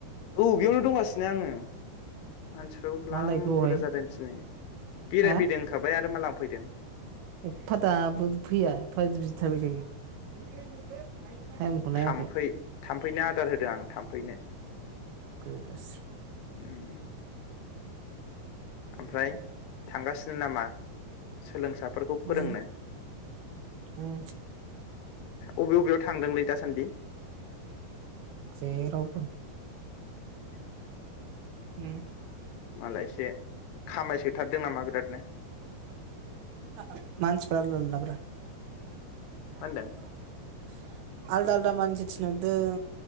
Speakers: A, on the left; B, on the right.
A: औ बेयावनो दंगासिनो आङो। मानसिफ्राबो ग्लाम
B: मा लायखो बावहाय
A: बुरजा जादों दिनै बेरायफैदों
B: हा
A: होनखाबाय आरो मा ग्लाम फैदों।
B: एफा दाबो फैया फा बिदि थाबाय थायो <unintelligible> नायाखै
A: थामफै थामफैनो आदार होदो आं थामफैनो
B: गोदासो
A: ओम। ओमफ्राय थांगासिनो नामा सोलोंसाफोरखौ फोरोंनो
B: उम
A: ए
B: उम
A: अबे अबेयाव थांदोंलै दासान्दि?
B: जेरावबो। उम।
A: मालायसो खामायसोथारदों नामा बिरादनो।
B: <unintelligible> मानसिफ्रा <unintelligible> <unintelligible>
A: मा होनदों
B: आलदा आलदा मानसि थिनहरदों।